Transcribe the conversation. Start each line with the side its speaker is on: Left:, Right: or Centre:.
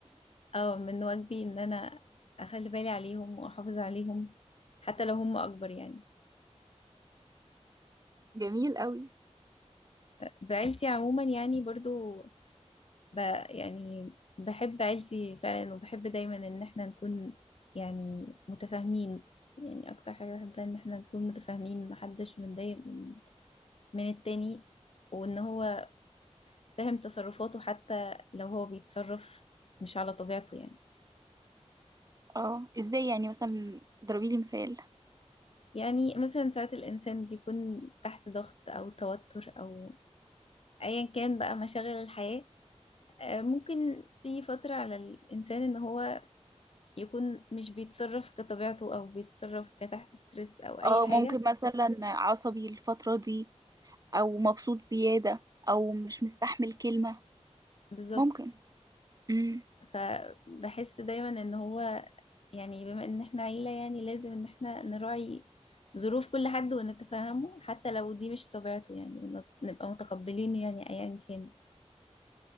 Left: أو من واجبي إن أنا أخلي بالي عليهم وأحافظ عليهم حتى لو هما أكبر يعني
Right: جميل قوي
Left: وبعيلتي عموما يعني برضو ب يعني بحب عيلتي فعلا وبحب دايما إن احنا نكون يعني متفاهمين يعني أكتر حاجة بحبها إن احنا نكون متفاهمين محدش متضايق من من التاني وان هو فاهم تصرفاته حتى لو هو بيتصرف مش على طبيعته يعني
Right: اه ازاي يعني مثلا ضربي لي مثال
Left: يعني مثلا ساعات الإنسان بيكون تحت ضغط أو توتر أو أيا كان بقى مشاغل الحياة آه، ممكن تيجي فترة على الإنسان إن هو يكون مش بيتصرف كطبيعته أو بيتصرف كتحت ستريس أو أي
Right: اه
Left: حاجة
Right: ممكن مثلا عصبي الفتره دي او مبسوط زياده او مش مستحمل كلمه
Left: بالظبط
Right: ممكن امم
Left: فبحس دايما إن هو يعني بما ان احنا عيلة يعني لازم ان احنا نراعي ظروف كل حد ونتفاهمه حتى لو دي مش طبيعته يعني ونت- نبقى متقبلينه يعني ايا كان